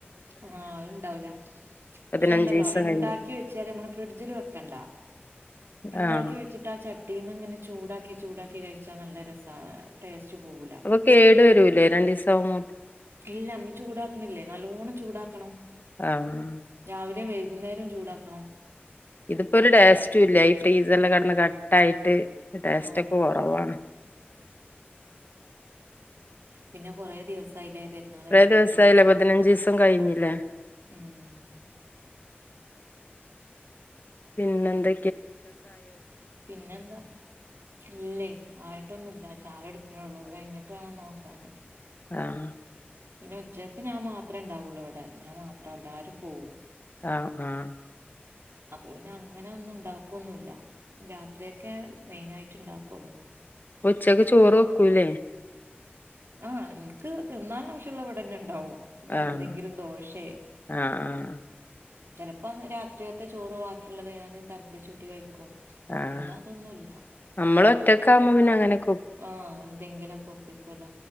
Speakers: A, on the right; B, on the left.
A: ആ ഇണ്ടാവൂല
B: പതിനഞ്ച്
A: പക്ഷേണ്ടല്ലോ
B: ദിവസം
A: ഇണ്ടാക്കി
B: കഴിഞ്ഞ്
A: വെച്ചാൽ നമ്മള് ഫ്രിഡ്ജില് വെക്കണ്ട ഇണ്ടാക്കി
B: ആഹ്
A: വെച്ചിട്ട് ആ ചട്ടീന്നിങ്ങനെ ചൂടാക്കി ചൂടാക്കി കഴിച്ചാനല്ല രസാണ് ടേസ്റ്റ് പോകൂല
B: അപ്പൊക്കേടു വരൂലേ രണ്ടീസാവും
A: ഇല്ല നമ്മള് ചൂടാക്കണില്ലേ നല്ലോണം ചൂടാക്കണം
B: ആഹ്
A: രാവിലെ വേവി കുന്നേരോം ചൂടാക്കണം.
B: ഇതിപ്പൊ ഒരു ഠേസ്റ്റു ഇല്ല ഈ ഫ്രീസല്ല് കെടന്ന കാ തൈര് ടേസ്റ്റൊക്കെ
A: ആഹ്
B: കുറവാണ്.
A: പിന്ന കൊറേ ദിവസ് കൈലേ പെരുന്നാള് കഴിഞ്ഞിട്ടെത്ര
B: ദിവസായില്ലേ
A: ദിവസായി
B: പതിനഞ്ചീസം കഴിഞ്ഞില്ലേ
A: ഉം
B: പിന്നെന്ത്
A: പിന്നെന്താ ഇല്ലേ ആയിട്ടൊന്നുല്ല ഉച്ച് ചായ എടുക്കണൊള്ളൂ അത് കഴിഞ്ഞിട്ട് വേണം നോക്കാന്
B: ആഹ്
A: പിന്നെ ഉച്ചക്ക് ഞാൻ മാത്രെണ്ടാവുള്ളൂ ഇവിടെ ഞാൻ മാത്രം എല്ലാരും പോകവും.
B: ആഹ് ആഹ്
A: അപ്പൊ പിന്നെ അങ്ങനെ ഒന്നും ഉണ്ടാക്കൊന്നുല്ല രാത്രിയൊക്കെ മെയിനായിട്ട് ഇണ്ടാക്കൊള്ളു.
B: ഉച്ചക്ക് ചോറ് വെക്കൂല്ലേ
A: ആഹ് എനിക്ക് തിന്നാൻ ആവശ്യമുള്ള ഇവിടെന്നെ ഇണ്ടാവും ങ്ങെഎന്തെങ്കിലും
B: ആഹ്
A: ദോശെ
B: ആഹ് ആഹ്
A: ചെലപ്പ രാത്രിലത്ത ചോറ് വാക്കിയിള്ളത് ഞാന് തിളപ്പിച്ച്‌ച്ചൂറ്റി കഴിക്കും
B: ആഹ്
A: ഇന്ന് അതൊന്നുമില്ല
B: നമ്മള് തിരക്കയുമ്പോൾ പിന്ന അങ്ങനക്കൊ
A: ആഹ് എന്തെങ്കിലൊക്ക ഒപ്പിക്കൊല്ല